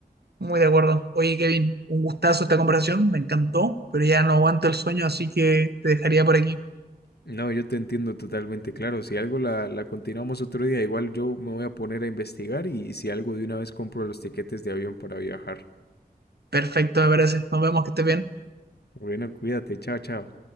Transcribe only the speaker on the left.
No, yo te entiendo totalmente, claro. Si algo la, la continuamos otro día, igual yo me voy a poner a investigar y si algo de una vez compro los tiquetes de avión para viajar.
Bueno, cuídate, chao, chao.